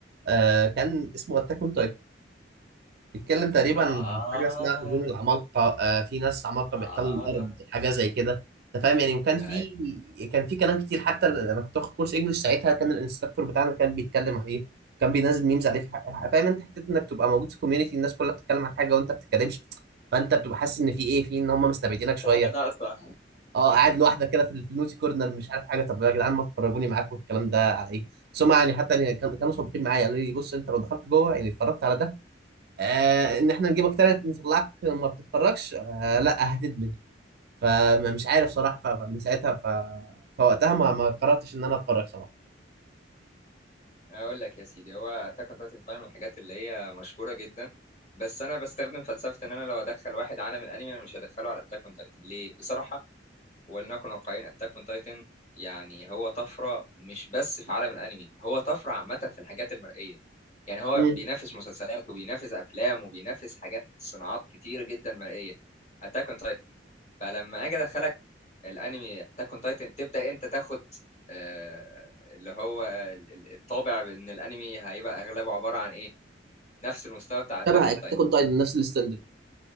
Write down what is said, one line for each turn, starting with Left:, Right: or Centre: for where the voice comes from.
Right: آه كان اسمه اتاك اون بيتكلم تقريبا
Left: اه
Right: عن حاجه اسمها هجوم العمالقه آه في ناس عمالقه بيحتلوا
Left: اه
Right: الارض حاجه زي كده انت فاهم يعني وكان في
Left: أي.
Right: كان في كلام كتير حتى انا كنت واخد كورس انجلش ساعتها كان الانستراكتور بتاعنا كان بيتكلم عليه كان بينزل ميمز عليه في حق فاهم انت حته انك تبقى موجود في كوميونتي الناس كلها بتتكلم عن حاجه وانت ما بتتكلمش فانت بتبقى حاسس ان في ايه في ان هم مستبعدينك شويه
Left: في حاجة ناقصة
Right: اه قاعد لوحدك كده في النوتي كورنر مش عارف حاجه طب يا جدعان ما تفرجوني معاكم الكلام ده على ايه بس هم يعني حتى يعني كان- كانوا صادقين معايا قالوا لي بص انت لو دخلت جوه يعني اتفرجت على ده آه ان احنا نجيبك تالت نطلعك ما بتتفرجش آه لا هتدمن فمش عارف صراحه ف- فمن ساعتها ف... فوقتها ما ما قررتش ان انا اتفرج صراحه
Left: اقول لك يا سيدي هو اتاك اون تايتن فعلا من الحاجات اللي هي مشهوره جدا بس انا بستخدم فلسفه ان انا لو ادخل واحد عالم الانمي انا مش هدخله على اتاك اون تايتن ليه بصراحه ولنكن واقعيين اتاك اون تايتن يعني هو طفره مش بس في عالم الانمي هو طفره عامه في الحاجات المرئيه يعني هو
Right: امم
Left: بينافس مسلسلات وبينافس افلام وبينافس حاجات صناعات كتير جدا مرئيه اتاك اون تايتن فلما اجي ادخلك الانمي اتاك اون تايتن تبدا انت تاخد آه اللي هو ال- ال- الطابع ان الانمي هيبقى اغلبه عباره عن ايه نفس المستوى بتاع اتاك
Right: تبع
Left: اون
Right: اتاك
Left: تايتن
Right: اون تايتن نفس الستاندرد